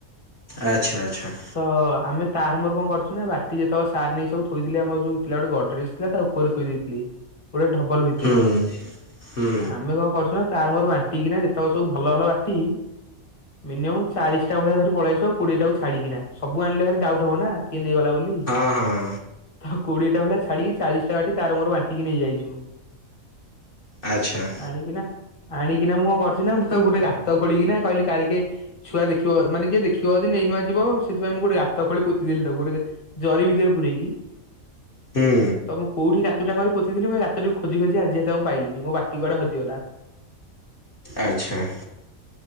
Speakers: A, on the left; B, on the left.
A: ଆଚ୍ଛା ଆଚ୍ଛା!
B: ତ ଆମେ ତାର ମୋର କଣ କରଛୁ ନା ବାଟି ଯେତେବେଳେ ସାର ନେଇ ଥେ ଥୋଇଥିଲି ଆମର ଯୋଉ ଥିଲା ଗୋଟେ ଗଡରେଜ ଥିଲା ତା ଉପରେ ଥୋଇ ଦେଇେଇଥିଲି ଗୋଟେ ଡବଲ ଭିତରେ।
A: ହୁଁ ହୁଁ
B: ଆମେ କଣ କରିଛୁ ନା ତାର ମୋର ବାଣ୍ଟିକି ଯେତେବେଳେ ସବୁ ଭଲ ଭଲ ବାଟି ମିନିମମ୍ ଚାଳିଶଟା ଭଳିଆ ଧରି ପଳେଇ ଆଉଛୁ କୋଡିଏ ଟାକୁ ଛାଡିକିନା ସବୁ ଆଣିଲେ ଭାରି ଡାଉଟ ହବ ନା କିଏ ନେଇଗଲା ବୋଲି।
A: ହଁ ହଁ
B: ଆଉ କୋଡିଟା ଭଳିଆ ଛାଡିକି ଚାଳିଶ ବାଟି ତାର ମେର ବାଣ୍ଟିକି ନେଇ ଯାଇଛୁ।
A: ଆଚ୍ଛା!
B: ଆଣିକିନା ଆଣିକିନା ମୁଁ କଣ କରିଛି ନା ମୁଁ ତ ଗୋଟେ ଗାତ ଖୋଳିକିନା କହିଲି କି କାଳେ କିଏ ଛୁଆ ଦେଖିବ ମାନେ କିଏ ଦେଖିବ ଯଦି ନେଇ ନୂଆ ଯିବ ସେଥିପାଇଁ ମୁଁ ଗୋଟେ ଗାତ ଖୋଳି ପୋତିଦେଲି ତାକୁ ଜରି ଭିତରେ ପୁରେଇ କିି?
A: ହୁଁ
B: ତ ମୁଁ କଉଠି ଗାତଟା କରି ପୋତିଥିଲି ମୁଁ ରାତି ଖୋଜି ଖୋଜି ଆଜି ତାଙ୍କୁ ପାଇଲିି ମୋ ବାଟି କୁଆଡେ ହଜିଗଲା।
A: ଆଚ୍ଛା।